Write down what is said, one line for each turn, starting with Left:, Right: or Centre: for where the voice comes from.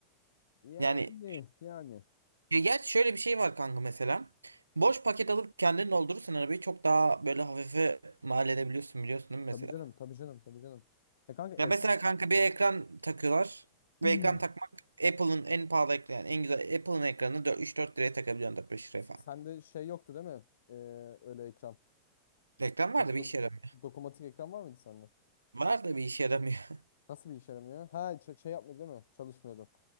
Left: yani
Right: Yani
Left: yani.
Right: ya gerçi şöyle bir şey var kanka mesela. Boş paket alıp kendin doldurursan arabayı çok daha böyle hafife mal edebiliyorsun biliyorsun değil mi mesela?
Left: Tabii canım. Tabii canım. Tabii canım. Ya kanka FR...
Right: Ya mesela kanka bir ekran takıyorlar.
Left: <clears throat>
Right: Ve ekran takmak Apple'ın en pahalı ekranı yani en güzel Apple'ın ekranını üç dört liraya takabiliyorsun dört beş liraya falan.
Left: Sende şey yoktu değil mi? Ee, öyle ekran.
Right: Reklam var da bir
Left: Dokum-
Right: işe yaramıyor.
Left: Dokumatik ekran var mıydı sende?
Right: Var da bir işe yaramıyor. <laughs>
Left: Nasıl bir işe yaramıyor? Ha ç- şey yapmıyor değil mi? Çalışmıyordu.